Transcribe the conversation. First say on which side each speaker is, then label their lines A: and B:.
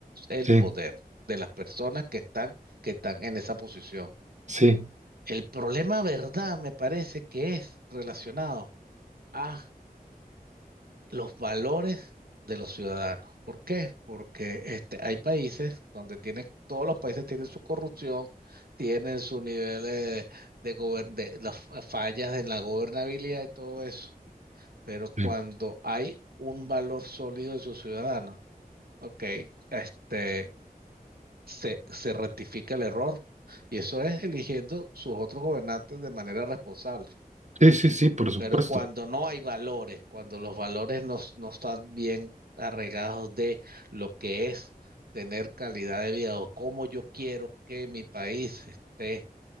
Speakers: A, on the right; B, on the right.
A: el
B: Sí,
A: poder de las personas que están, que están en esa posición.
B: sí,
A: El problema, verdad, me parece que es relacionado a los valores de los ciudadanos. ¿Por qué? Porque este, hay países donde tienen, todos los países tienen su corrupción, tienen su nivel de, de gober- de las fallas en la gobernabilidad y todo eso. Pero
B: sí,
A: cuando hay un valor sólido de sus ciudadanos, ok, este, se, se rectifica el error. Y eso es eligiendo sus otros gobernantes de manera responsable.
B: sí, sí, sí, por supuesto.
A: Pero cuando no hay valores, cuando los valores no, no están bien arraigados de lo que es tener calidad de vida o cómo yo quiero que mi país esté,